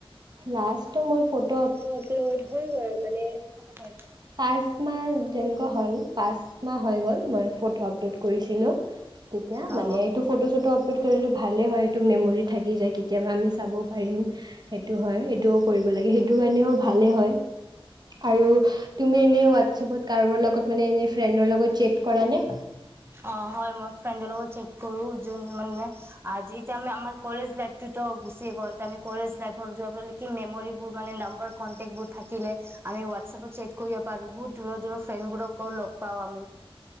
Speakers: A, on the right (about 45°); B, on the right (about 25°).
A: লাষ্টটো মই ফটো।
B: ফটো আপলোড হৈ গল মানে, হয়।
A: পাঁচ মাহ যেনেকুৱা হ'ল, পাঁচ মাহ হৈ গ'ল, মই ফটো আপলোড কৰিছিলোঁ। তেতিয়া
B: অ
A: মানে এইটো ফটো-চটো আপলোড। কৰিলো ভালেই হয় এইটো মেমৰি থাকি যায় কেতিয়াবা আমি চাব পাৰিম। সেইটো হয়, এইটোও কৰিব লাগে, সেইটো। সসেইটো কাৰণেও ভালেই হয় আৰু। তুমি এনে হোৱাটছ এপত কাৰোবাৰ লগত মানে ফ্ৰেডৰ লগত চেট কৰা নে?
B: অ', হয় মই ফ্ৰেণ্ড লগত চেট কৰো যোন মানে আজি। আমি, আমাৰ কলেজ লাইফটো। ত গুচি গ'ল তে আমি কলেজ লাইফৰ মেমৰিবোৰ মানে নাম্বাৰ কনটেক্ট বোৰ থাকিলে আমি হোৱাটছএপত চেট কৰিব পাৰো, বহুত দূৰ দূুৰৰ ফ্ৰেণ্ডবোৰকো লগ পাওঁ আমি।